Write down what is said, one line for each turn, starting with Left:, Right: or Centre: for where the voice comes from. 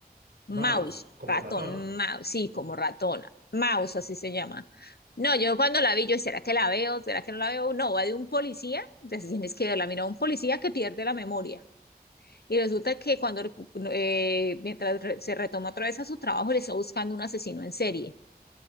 Right: Mouse,
Left: Mouse,
Right: como
Left: ratón,
Right: ratón,
Left: mouse, sí, como ratona. Mouse, así se llama. No, yo cuando la vi, yo, ¿será que la veo? ¿Será que no la veo? No, va de un policía, entonces tienes que verla. Mira, un policía que pierde la memoria. Y resulta que cuando, recu- eh, mientras re- se retoma otra vez a su trabajo, le está buscando un asesino en serie